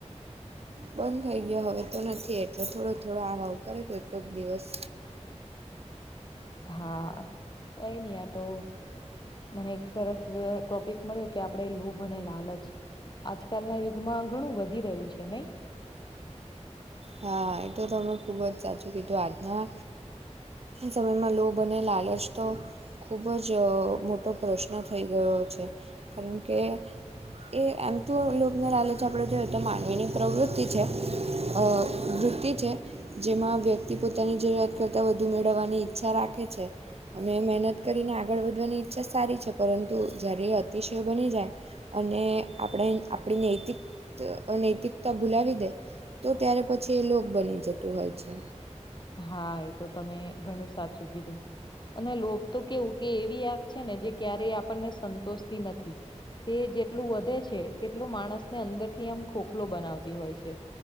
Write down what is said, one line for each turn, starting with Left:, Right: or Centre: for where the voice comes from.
Right: બંધ થઈ ગયો હવે તો નથી એટલો થોડો થોડો આવ આવ કરે કોક દિવસ
Left: હા કઈ ની આ તો મને એક સરસ ટોપિક મળ્યો કે આપડે લોભ અને લાલચ આજકાલના યુગમાં ઘણું વધી રહ્યું છે, નઈ?
Right: હા એ તો તમે ખૂબ જ સાચું કીધું આજના સમયમાં લોભ અને લાલચ તો ખૂબ જ મોટો પ્રશ્ન થઈ ગયો છે, કારણ કે એ એમ તો લોભને લાલચ આપણે જોઈએ તો માનવીની પ્રવૃત્તિ છે. અ વૃત્તિ છે, જેમાં વ્યક્તિ પોતાની જરૂરિયાત કરતાં વધુ મેળવવાની ઈચ્છા રાખે છે. અને મહેનત કરીને આગળ વધવાની ઈચ્છા સારી છે, પરંતુ જ્યારે એ અતિશય બની જાય અને આપણે આપણી નૈતિક નૈતિકતા ભૂલાવી દે તો ત્યારે પછી એ લોભ બની જતું હોય છે.
Left: હા એ તો તમે ઘણું સાચું કીધું. અને લોભ તો કેવું કે એવી આગ છે, ને જે ક્યારેય આપણને સંતોષતી નથી. તે જેટલું વધે છે. તેટલું માણસને અંદરથી આમ ખોખલો બનાવતી હોય છે.